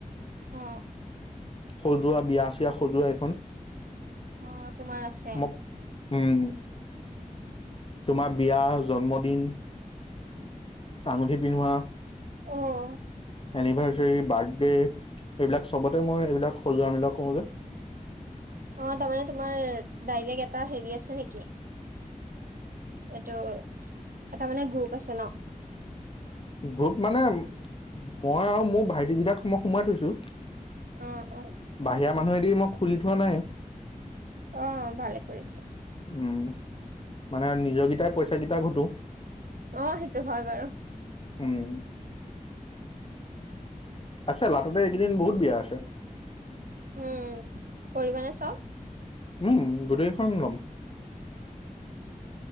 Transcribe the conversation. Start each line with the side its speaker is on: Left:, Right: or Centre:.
Right: অ।
Left: সজোৱা বিয়া চিয়া সজোৱা এইখন
Right: অ তোমাৰ আছে
Left: মোক, উম তোমাৰ বিয়া, জন্মদিন আঙুঠি পিন্ধোৱা
Right: অ'
Left: এনিভাৰ্চাৰী, বাৰ্থডে এইবিলাক চবতে মই এইবিলাক সজোৱা মেলা কৰো যে।
Right: অ' তাৰমানে তোমাৰ ডাইৰেক্ট এটা হেৰি আছে নেকি? এইটোও হয়। এটা মানে গ্ৰুপ আছে ন?
Left: গ্ৰুপ মানে মই আৰু মোৰ ভাইটি কেইটাক মই সোমাৱাই থৈছো।
Right: অঁ, অঁ।
Left: বাহিৰা মানুহেদি মই খুলি থোৱা নাই।
Right: অ' ভালে কৰিছাঁ।
Left: উম মানে নিজকেইটাই পইচা কেইটা ঘটো।
Right: অ সেইটো হয় বাৰু।
Left: উম। আটছা, লাটতে এইকেইদিন বহুত বিয়া আছে।
Right: উম কৰিবানে চাওঁ
Left: উ গোটেইখন ল'ম।